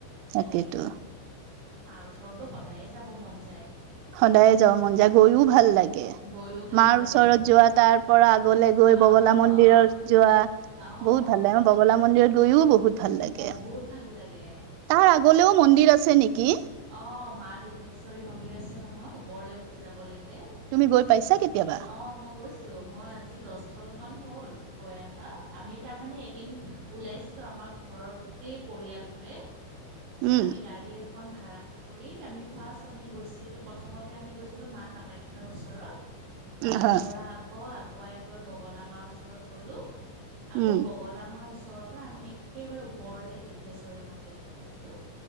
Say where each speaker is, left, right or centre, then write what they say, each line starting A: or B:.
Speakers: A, on the right; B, on the right.
A: তাকেইতো
B: তেনেকে গলে মাৰ ওচৰতটো সদায়ে যাব মন যায়
A: সদায় যাওঁ মন যায় গৈও ভাল লাগে
B: গৈও ভাল
A: মাৰ
B: লাগে।
A: ওচৰত যোৱা তাৰ পৰা আগলৈ গৈ বগলা
B: অ',
A: মন্দিৰত যোৱা
B: অ'।
A: বহত ভাল ল বগলা মন্দিৰট গৈও বহুত ভাল লাগে
B: বহুত ভাল লাগে
A: তাৰ আগলেও মন্দিৰ আছে নেকি
B: অ মা দীৰ্ঘেশ্বৰী মন্দিৰ আছে নহয় ওপৰলৈ উঠি যাব লাগে তাকে
A: তুমি গৈ পাইছা কেতিয়াবা
B: অঁ মই গৈছোঁ মই আজি দচ বছৰ মান হ'ল গৈ অহা আমি তাৰমানানে এদিন ওলাইছ গেছিলো আমা ঘৰৰ গোটেই পৰিয়াল বোৰে
A: উম
B: আমি গাড়ী এখন ভাৰা কৰি আমি ফাৰ্ষ্ট আমি গৈছিলোঁ প্ৰথমতে আমি গৈছিলোঁ মা কামাখ্যাৰ ওচৰত তাৰ
A: হয়
B: পৰা আকৌ আগুৱাই গৈ বগলা মাৰো ওচৰত গ'ল আকৌ
A: উম
B: বগল মাৰ ওচৰত ত পৰা আমি একেবাৰে ওপৰলৈ দীৰ্ঘেশ্বৰী মন্দিৰলৈ গৈছোঁ